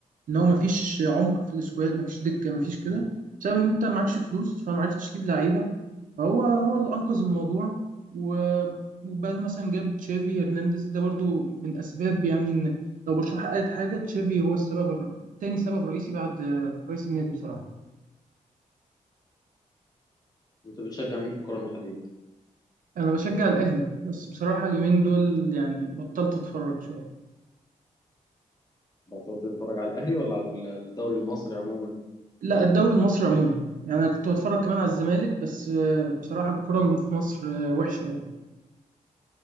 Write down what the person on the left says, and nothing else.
انت بتشجع مين في الكوره المحليه
بتقعد تتفرج على الاهلي ولا على الدوري المصري عموما